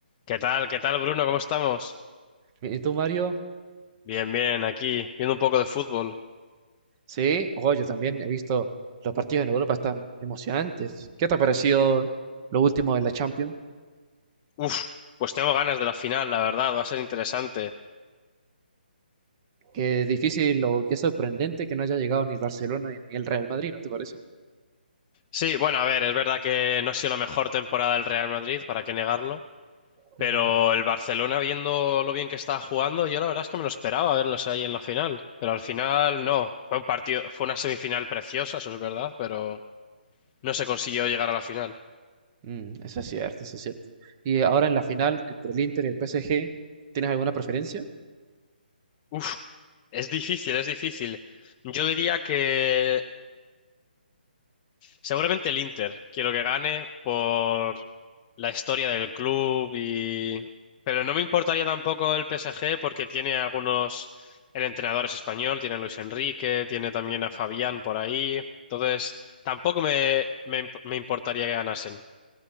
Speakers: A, on the left (about 20°); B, on the right (about 25°).
A: ¿Qué tal? ¿Qué tal, Bruno? ¿Cómo estamos?
B: ¿Y tú, Mario?
A: Bien, bien, aquí, viendo un poco de fútbol.
B: Sí, oh, yo también he visto los partidos en Europa, están emocionantes. ¿Qué te ha parecido lo último de la Champions?
A: Uf, pues tengo ganas de la final, la verdad, va a ser interesante.
B: Qué difícil o qué sorprendente que no haya llegado ni el Barcelona ni el Real Madrid, ¿no te parece?
A: Sí, bueno, a ver, es verdad que no ha sido la mejor temporada del Real Madrid, para qué negarlo, pero
B: Ujú.
A: el Barcelona, viendo lo bien que estaba jugando, yo la verdad es que me lo esperaba verlos ahí en la final, pero al final no. Fue un partido, fue una semifinal preciosa, eso es verdad, pero no se consiguió llegar a la final.
B: Mm, eso es cierto, eso es cierto. Y ahora en la final entre el Inter y el PSG, ¿tienes alguna preferencia?
A: Uf, es difícil, es difícil. Yo diría que Seguramente el Inter. Quiero que gane por la historia del club y... Pero no me importaría tampoco el PSG porque tiene algunos... El entrenador es español, tiene a Luis Enrique, tiene también a Fabián por ahí. Entonces, tampoco me, me, imp- me importaría que ganasen.